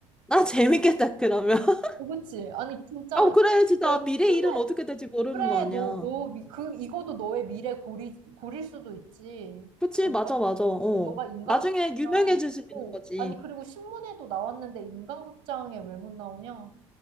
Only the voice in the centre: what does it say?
나 재밌겠다, 그러면. <laughs>
아, 그래, 진짜.
미래
일은 어떻게 될지 모르는
거 아니야.
그치,
맞아,
맞아. 어.
나중에 유명해질 수 있는
거지.